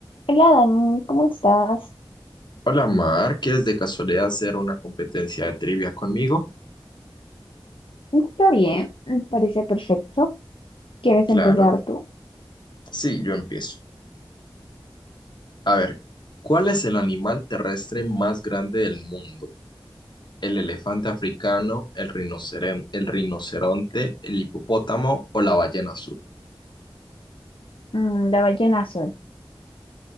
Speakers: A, on the left; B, on the left.
A: Hola Dani, ¿cómo estás?
B: Hola Mar, ¿quieres de casualidad hacer una competencia de trivia conmigo?
A: Está bien, me parece perfecto. ¿Quieres
B: Claro,
A: empezar tú?
B: sí, yo empiezo. A ver, ¿cuál es el animal terrestre más grande del mundo? ¿El elefante africano, el rinoceren- el rinoceronte, el hipopótamo o la ballena azul?
A: Mm, la ballena azul.